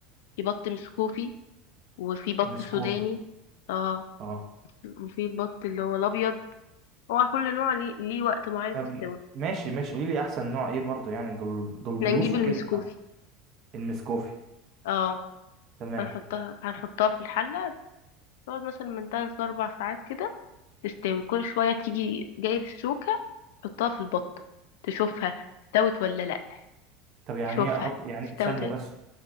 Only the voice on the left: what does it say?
في بط مسكوفي وفي بط
سوداني اه
وفي البط اللي هو الابيض هو كل نوع ليه, ليه وقت معين
في السوا
احنا
نجيب
المسكوفي
اه
هنحطها هنحطها في الحلة تقعد مثلا من تلات لأربع ساعات كده تستوي كل شوية تيجي جايب الشوكة تحطها في البطة تشوفها استوت ولا لأ
تشوفها
استوت
ولا
لأ.